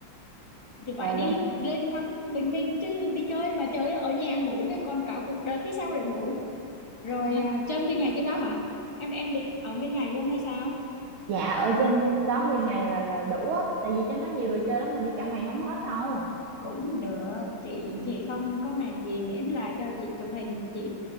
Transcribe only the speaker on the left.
thì vậy
đi
lên ngắm bình minh chứ đi chơi mà chơi ở nhà ngủ đấy còn cả cuộc đời phía sau để ngủ rồi
à, chơi nguyên ngày trên đó hả em em định ở nguyên ngày luôn hay sao
cũng được chị
thì không có màng gì miễn là cho chị chụp hình chị